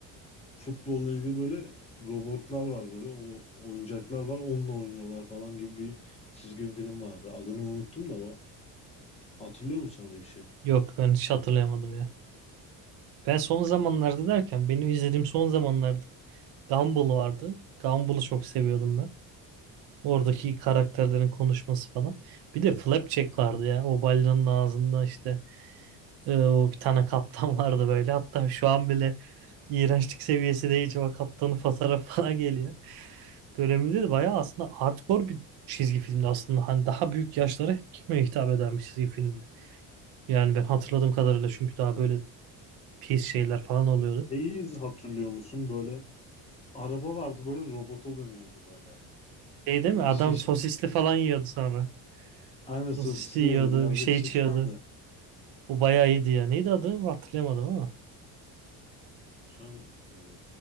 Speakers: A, on the left; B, on the right.
A: futbolla ilgili böyle robotlar var böyle o oyuncaklar var onunla oynuyorlar falan gibi bir çizgi film vardı. Adını unuttum da o. Hatırlıyor musun öyle bir şey?
B: Yok, ben hiç hatırlayamadım ya. Ben son zamanlarda derken benim izlediğim son zamanlarda Gumball vardı. Gumball'ı çok seviyordum ben. Oradaki karakterlerin konuşması falan. Bir de Flapjack vardı ya. O balinanın ağzında işte e, o bir tane kaptan
A: Oo.
B: <laughs> vardı böyle. Hatta şu an bile iğrençlik seviyesi değil. O kaptanın fotoğrafı <laughs> falan geliyor. Döneminde de bayağı aslında hardcore bir çizgi filmdi aslında. Hani daha büyük yaşlara kime hitap eden bir çizgi filmdi. Yani ben hatırladığım kadarıyla çünkü daha böyle pis şeyler falan oluyordu.
A: Neyi hatırlıyor musun? Böyle araba vardı böyle robota dönüyordu böyle.
B: Şey
A: Böyle
B: değil mi? Adam
A: şiş
B: sosisli falan yiyordu sonra.
A: aynı sosisli
B: Sosisli yiyordu,
A: böyle birazcık
B: bir şey
A: şişmandı.
B: içiyordu. O bayağı iyiydi ya. Neydi adı? Hatırlayamadım ama.
A: Şu an e,